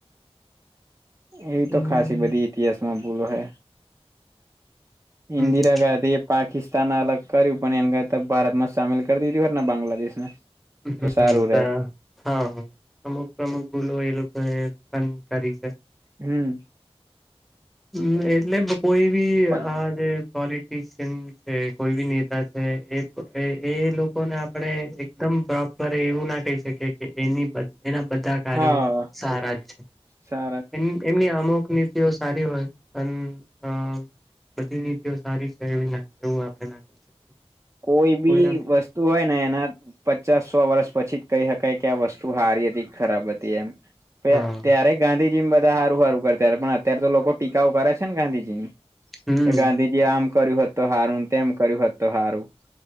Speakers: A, on the right; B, in the centre.
A: એવી
B: હમ
A: તો ખાસી બધી ઇતિહાસ માં ભૂલો હે,
B: હમ
A: ઇન્દિરા ગાંધી પાકિસ્તાન અલગ કર્યું પણ એને કતા ભારત માં સામેલ કરી દીધી હોય ને બાંગ્લાદેશને
B: હમ
A: તો સારું રહે,
B: તા હા, અમુક અમુક ભૂલો એ લોકો એ પણ કરી છે.
A: હમ્મ
B: હમ્મ એટલે કોઈ બી
A: પણ
B: આજે પોલિટશિયન છે, કોઈ બી નેતા છે એ એ લોકોને આપણે એકદમ પ્રોપરે એવું ના કહી શકીએ, કે એ એના બધા સારૂ
A: હા
B: સારા છે,
A: સારા
B: એ એમની અમુક નીતિઓ સારી હોય અને અ બધી નીતિઓ સારી છે, એવી એવું આપડણે ના ક શકીએ
A: કોઈ બી
B: કોઈને
A: વસ્તુ તું હોય ને એના પચાસ સો વર્ષ પછી જ કહી શકાય કે આ વસ્તુ હારી હતી ખરાબ હતી એમ
B: હા
A: ત્યારે ગાંધી બધા સારું સારું કરતા પણ અત્યારેાર તો લોકો ટીકાઓ કરે છે, ને ગાંધીજી ની
B: હમ
A: કે ગાંધીજી કે આમ કર્યું હત તો હારું તેમ કર્યું હત તો સારું